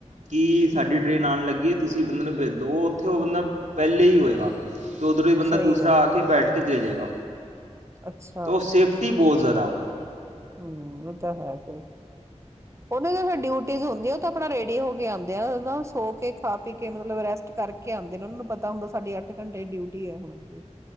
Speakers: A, on the right (about 85°); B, on the right (about 25°).
A: ਕੀ ਸਾਡੀ
B: ਹਮ
A: ਟਰੇਨ ਆਣ ਲੱਗੀ ਏ। ਤੁਸੀਂ ਬੰਦੇ ਨੂੰ ਭੇਜ ਦੋ, ਉੱਥੇ ਓ ਬੰਦਾ ਪੈਲੇ ਹੀ ਹੋਏਗਾ। ਉਧਰੋਂ ਹੀ ਬੰਦਾ
B: ਸਹੀ
A: ਦੂਸਰਾ
B: ਗੱਲ
A: ਆ ਕੇ
B: ਹੈ
A: ਬੈਠ ਕੇ ਦੇ ਜੇਗਾ।
B: ਅੱਛਾ
A: ਤੋ ਸੇਫਟੀ ਬੋ ਜ਼ਰਾਓ।
B: ਹੂੰ, ਉਹ ਤਾਂ ਹੈ ਫੇਰ, ਓਨੇ ਦੀ ਫੇਰ ਡਿਊਟੀਜ਼ ਹੁੰਦੀ ਐ, ਓ ਤਾਂ ਆਪਨਾ ਰੈਡੀ ਹੋ ਕੇ ਆਂਦੇ ਆ ਨਾ ਸੋ ਕੇ ਖਾ ਪੀ ਕੇ, ਮਤਲਬ ਰੈਸਟ ਕਰਕੇ ਕੇ ਆਂਦੇ ਨੇ, ਉਨਾ ਨੂੰ ਪਤਾ ਹੁੰਦਾ ਸਾਡੀ ਅੱਠ ਘੰਟੇ ਡਿਊਟੀ ਹੈ ਹੁਣ ਅੱਗੇ